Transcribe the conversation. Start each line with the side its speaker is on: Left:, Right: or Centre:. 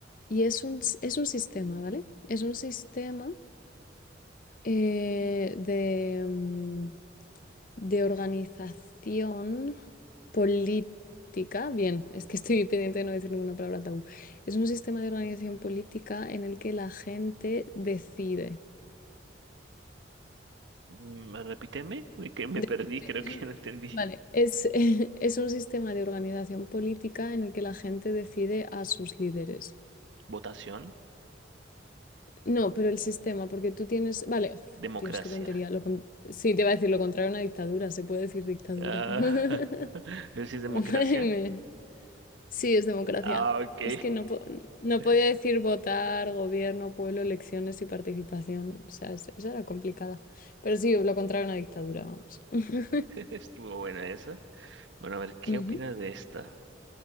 Left: y es un, s- es un sistema, ¿vale? Es un sistema eh, de, mm, de organización política. Bien, es que estoy pendiente de no decir ninguna palabra tabú. Es un sistema de organización política en el que la gente decide.
Right: Mm, Repíteme, que me
Left: Decide,
Right: perdí, creo
Left: es
Right: que
Left: un-
Right: no entendí.
Left: vale, es, <laughs> es un sistema de organización política en el que la gente decide a sus líderes.
Right: Votación,
Left: No, pero el sistema, porque tú tienes. Vale, uf,
Right: democracia.
Left: Dios, qué tontería. Lo con- Sí, te va a decir lo contrario a una dictadura, se puede decir dictadura.
Right: Ah,
Left: <laughs>
Right: <laughs> no sé si es democracia.
Left: Ay, me- Sí, es democracia.
Right: Ah, ok.
Left: Es que no, po- no
Right: <laughs>
Left: podía decir votar, gobierno, pueblo, elecciones y participación. O sea, es- esa era complicada. Pero sí, lo contrario a una dictadura, vamos. <laughs>
Right: Estuvo buena esa. Bueno, a ver, ¿qué
Left: Ujú,
Right: opinas de esta?